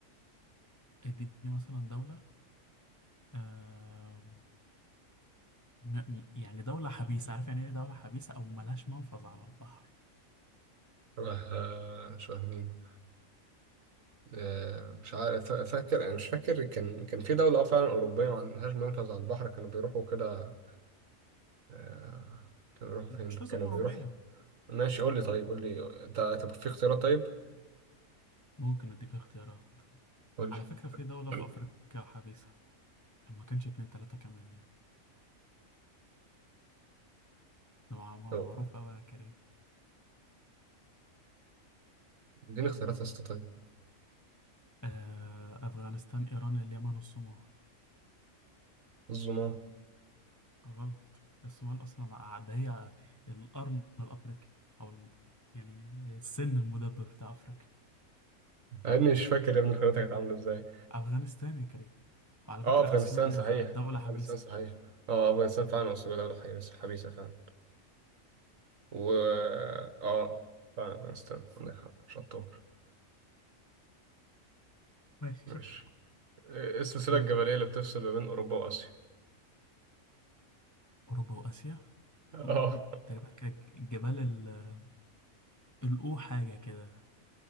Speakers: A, on the left (about 20°); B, on the right (about 75°).
A: اديني مثلا دوله آه م- م- يعني دولة حبيسة عارف يعني ايه دولة حبيسة او ملهاش منفذ على البحر
B: شبه آه، شبه مين آه، مش عارف فا- فاكر انا مش فاكر كان كان في دوله اه فعلا اوروبيه ما عندهاش منفذ على البحر كانوا بيروحوا كده آه، كانوا بيروحوا فين
A: مش
B: كانوا
A: لازم
B: بيروحوا
A: أوروبية
B: ماشي قول لي طيب قول لي انت طب في اختيارات طيب
A: ممكن أديك اختيارات
B: قول
A: على فكرة في دولة
B: لي
A: في أفريقيا حبيسة ما كانش اتنين تلاتة كمان يعني ده مع- مع-
B: <coughs>
A: معروف أوي يا كريم
B: اديني اختيارات يا اسطى طيب
A: آه، أفغانستان إيران اليمن والصومال
B: الظلام
A: غلط الصومال أصلا ع- ده هي القرن الأفريقي أو ال- يعني السن المدبب بتاع أفريقيا
B: يا ابني مش فاكر يا ابني الخريطه كانت عامله ازاي
A: أفغانستان يا كريم وعلى
B: اه
A: فكرة
B: افغانستان
A: أثيوبيا
B: صحيح
A: دولة
B: افغانستان
A: حبيسة
B: صحيح اه افغانستان فعلا اصل دوله حبيسه حبيسه فعلا و اه فعلا افغانستان عندك حق شطور
A: ماشي
B: ماشي
A: شكرا
B: ايه السلسله
A: دورك
B: الجبليه اللي بتفصل ما بين اوروبا واسيا
A: أوروبا وآسيا
B: <laughs> اه
A: و- و- تقريبا كان الجبال ال- الأو حاجة كده